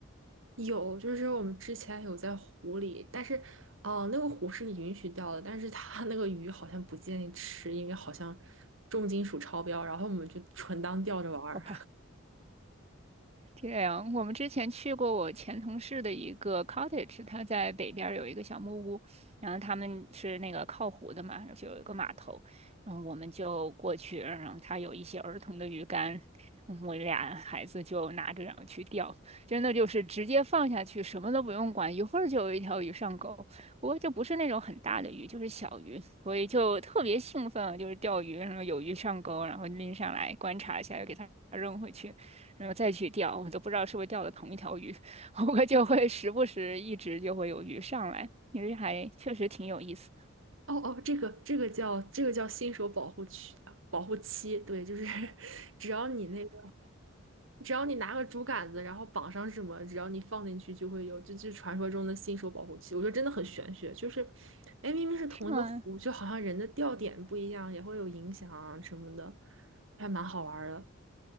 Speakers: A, on the right; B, on the right.
A: 有，就是我们之前有在湖里，但是，哦、那个湖是允许钓的，但是它那个鱼好像不建议吃，因为好像重金属超标，然后我们就纯当钓着玩儿。
B: 我怕。这样，我们之前去过我前同事的一个 cottage，他在北边儿有一个小木屋，然后他们是那个靠湖的嘛，就是有一个码头，然后我们就过去，然后他有一些儿童的鱼竿，嗯我俩孩子就拿着然后去钓，真的就是直接放下去，什么都不用管，一会儿就有一条鱼上钩。不过就不是那种很大的鱼，就是小鱼，所以就特别兴奋，就是钓鱼，然后有鱼上钩，然后拎上来观察一下，又给它扔回去。然后再去钓，我都不知道是不是钓的同一条鱼，<laughs> 我就会时不时一直就会有鱼上来，因为还确实挺有意思的，
A: 哦哦，这个这个叫这个叫新手保护区啊保护期，对，就是 <laughs> 只要你那个，只要你拿个竹竿子，然后绑上什么，只要你放进去就会有，这就是传说中的新手保护期。我觉得真的很玄学，就是，哎，明明是同一个湖，
B: 是吗？
A: 就好像人的钓点不一样，也会有影响啊什么的，还蛮好玩儿的。